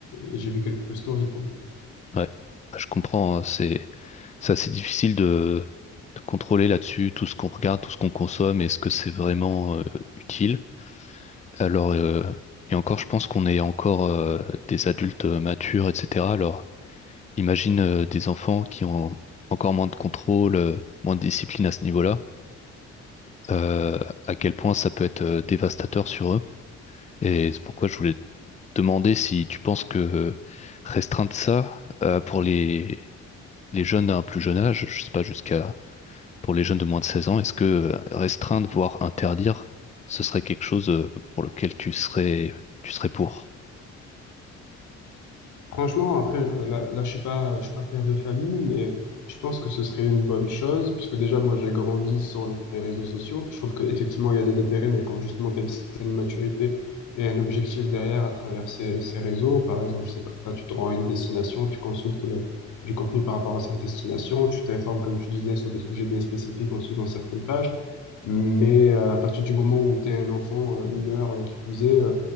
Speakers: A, on the left; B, on the left.
A: et j'ai vu quelques stories, quoi.
B: ouais. Bah, Je comprends, hein, c'est Ça, c'est difficile de, de contrôler là-dessus tout ce qu'on regarde, tout ce qu'on consomme, est-ce que c'est vraiment euh, utile? Alors, euh, et encore, je pense qu'on est encore euh, des adultes euh, matures, etc. Alors, imagine euh, des enfants qui ont encore moins de contrôle, euh, moins de discipline à ce niveau-là, euh, à quel point ça peut être euh, dévastateur sur eux. Et c'est pourquoi je voulais te demander si tu penses que euh, restreindre ça euh, pour les, les jeunes à un plus jeune âge, je sais pas, jusqu'à pour les jeunes de moins de 16 ans, est-ce que euh, restreindre, voire interdire, ce serait quelque chose euh, pour lequel tu serais, tu serais pour?
A: Franchement, après, euh, là, là, je suis pas, je suis pas père de famille, mais je pense que ce serait une bonne chose, puisque déjà, moi, j'ai grandi sans les réseaux sociaux. Je trouve qu'effectivement, il y a des intérêts, mais quand justement, tu as une certaine maturité et un objectif derrière à travers ces, ces réseaux, par exemple, je sais pas, tu te rends à une destination, tu consultes le, du contenu par rapport à cette destination, tu t'informes, comme tu disais, sur des sujets bien spécifiques en suivant certaines pages. Mais euh, à partir du moment où tu es un enfant euh, mineur, euh, qui plus est, euh,